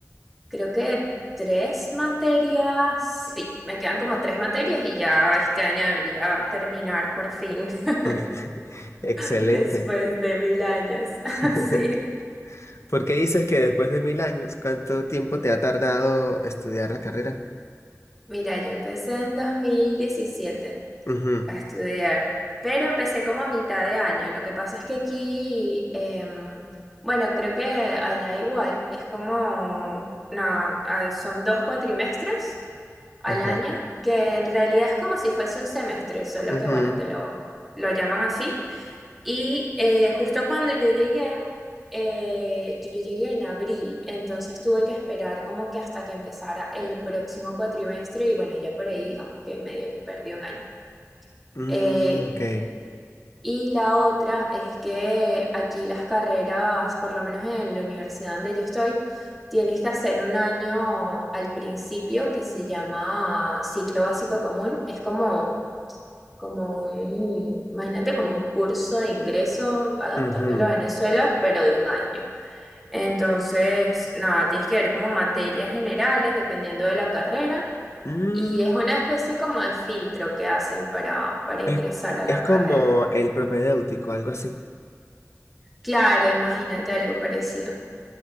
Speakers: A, in the centre; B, on the left.
A: creo que tres materias. Sí, me quedan como tres materias y ya este año debería terminar por fin. <laughs>
B: Ujú. <laughs> Excelente.
A: después de mil años.
B: <laughs>
A: <laughs> Sí.
B: ¿Por qué dices que después de mil años, cuánto tiempo te ha tardado estudiar la carrera?
A: Mira, yo empecé en 2017
B: Ujú.
A: a estudiar, pero empecé como a mitad de año. Lo que pasa es que aquí, em, bueno, creo que allá igual, es como, no, a- son dos cuatrimestres al
B: Ajá.
A: año, que en realidad es como si fuese un semestre, solo
B: Ujú.
A: que bueno, te lo, lo llaman así. Y eh, justo cuando yo llegué, eh, yo llegué en abril, entonces tuve que esperar como que hasta que empezara el próximo cuatrimestre y bueno, ya por ahí digamos que medio que perdí un año.
B: Mm,
A: Eh,
B: ok.
A: y la otra es que aquí las carreras, por lo menos en la universidad donde yo estoy, tienes que hacer un año al principio que se llama ciclo básico común. Es como como un, imagínate como un curso de ingreso adaptándolo
B: Ujú.
A: a Venezuela, pero de un año. Entonces, nada, tienes que ver como materias generales dependiendo de la carrera
B: Mm,
A: y es una especie como de filtro que hacen para, para ingresar
B: es,
A: a la
B: es como
A: carrera.
B: el propedéutico, algo así.
A: Claro, imagínate algo parecido.